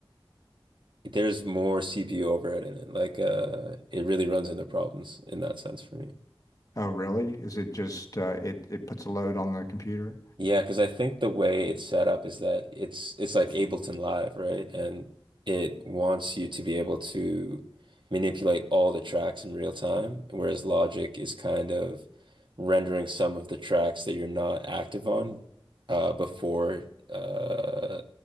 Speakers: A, on the right (about 60°); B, on the left (about 40°).
A: There's more CPU overhead in it. Like, uh, it really runs into problems in that sense for me.
B: Oh, really? Is it just uh, it it puts a load on the computer?
A: Yeah, because I think the way it's set up is that it's it's like Ableton Live, right? And it wants you to be able to manipulate all the tracks in real time, whereas Logic is kind of rendering some of the tracks that you're not active on uh, before uh,